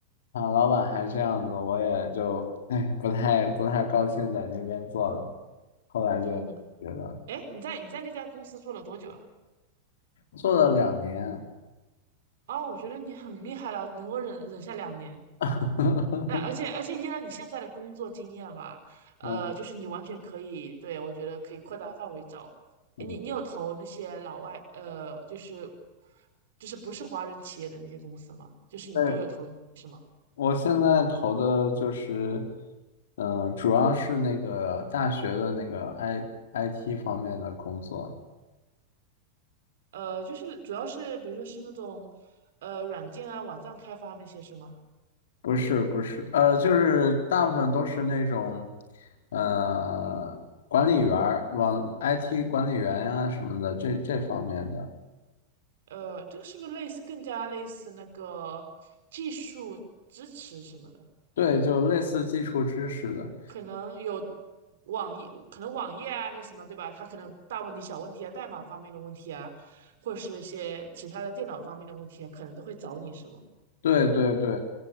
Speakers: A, on the left; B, on the right.
A: 啊，老板还这样子，我也就哎不太不太高兴在那边做了，后来就觉得
B: 嗯，哎，你在你在那家公司做了多久啊？
A: 做了两年，
B: 哦，我觉得你很厉害了，能够忍忍下两年。
A: <laughs>
B: 那而且而且依照你现在的工作经验吧，呃，
A: 嗯
B: 就是你完全可以，对，我觉得可以扩大范围找。
A: 嗯，
B: 你你有投那些老外，呃，就是就是不是华人企业的那些公司吗？就是你都有投，
A: 对，
B: 是吗？
A: 我现在投的就是，嗯、主要是那个大学的那个 I IT 方面的工作，
B: 呃，就是主要是比如说是那种呃软件啊、网站开发那些是吗？
A: 不是不是，呃，就是大部分都是那种，呃，管理员儿，往 IT 管理员呀、什么的这这方面的。
B: 呃，这个是不是类似更加类似那个技术支持什么的？
A: 对，就类似基础知识的，
B: 可能有网页，可能网页啊，那什么，对吧？它可能有大问题、小问题啊，代码方面的问题啊，或者是一些其他的电脑方面的问题啊，可能都会找你，是吗？
A: 对对对